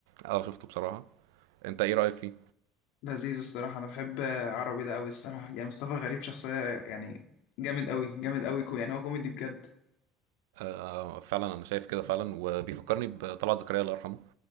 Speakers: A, on the right; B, on the left.
A: آه، شفته بصراحه انت ايه رايك فيه
B: لذيذ الصراحة أنا بحب عربي ده أوي الصراحة يعني مصطفى غريب شخصية يعني جامد أوي جامد أوي كو يعني هو كوميدي بجد
A: آه، فعلا انا شايف كده فعلا وبيفكرني بطلعت زكريا الله يرحمه